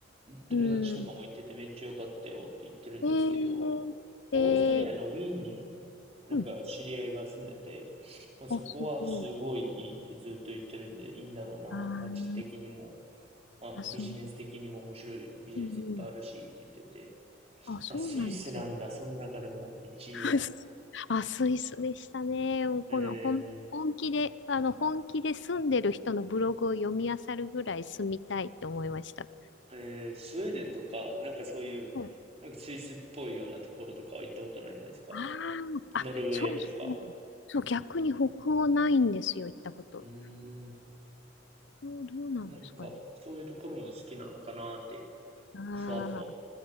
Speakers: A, on the right; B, on the left.
A: 友達とかも行っててめっちゃ良かったよって言ってるんですけど、
B: うん。えー、えー、
A: オーストリアのウィーンになんか知り合いが住んでて、
B: うん
A: まあ、そこはすごいいいってずっと言ってるんで、
B: あ、すごい。
A: いいんだろうな、
B: あー
A: 街的にも、まあ、
B: あ、そう。
A: ビジネス的にも面白いビジネスいっぱいあるしって言ってて、
B: うんあ、そうなんですね。
A: まあ、スイスなんだ、その中でも1位は。
B: <laughs> あ、スイスでしたね。もうこの本、
A: え
B: 本気で、あの、本気で住んでる人のブログを読み漁るぐらい住みたいって思いました。
A: ー、えー、スウェーデンとか、なんかそういう、
B: うん
A: なんかスイスっぽいようなところとかは行ったことないんですか
B: ああ、
A: ノルウェーとか。
B: あ、そうそう。そう、逆に北欧ないんですよ、行ったこと。
A: うーん、
B: 北欧どうなんですかね。
A: なんかそういうところも好きなのかなって、
B: ああ、
A: ふわっと